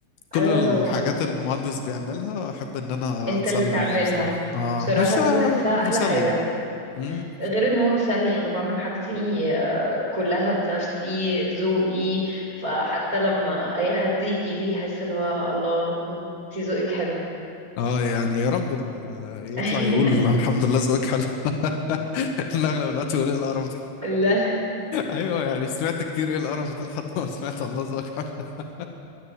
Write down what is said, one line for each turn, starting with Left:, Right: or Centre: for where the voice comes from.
Left: كل
Right: ايوه
Left: الحاجات
Right: طبعا
Left: اللي المهندس بيعملها احب ان انا
Right: انت
Left: اتسلى
Right: اللي تعملها
Left: بيها بصراحه اه
Right: بصراحة
Left: مش
Right: دي
Left: آه،
Right: بحسها احلى
Left: مسلي
Right: حاجة
Left: امم
Right: غير ان هو مسلي انا بعمل حاجتي كلها بنفسي ذوقي فحتى لما اي حد يجي لي يحس اللي هو الله انت ذوقك حلو
Left: اه يعني يا رب ال- آه، يطلع
Right: <laughs>
Left: يقول الحمد لله ذوقك حلو <laughs> إن اغلب الوقت يقول ايه القرف
Right: لا
Left: ايوه يعني سمعت كتير ايه القرف ده لحد ما سمعت الله ذاك <laughs>